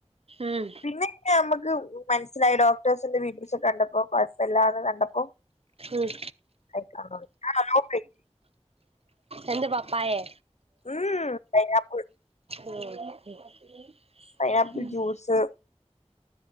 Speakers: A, on the right; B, on the left.
A: ഉം
B: പിന്നെ പിന്നെ നമ്മക്ക് മനസ്സിലായി ഡോക്ടേഴ്സിന്റെ വീഡിയോസ് ഒക്കെ കണ്ടപ്പോ കൊഴപ്പമില്ലാന്ന് കണ്ടപ്പോ
A: ഉം
B: <unintelligible>
A: എന്ത് പപ്പായെ
B: ഉം പൈനാപ്പിൾ
A: ഉം ഉം
B: പൈനാപ്പിൾ ജ്യൂസ്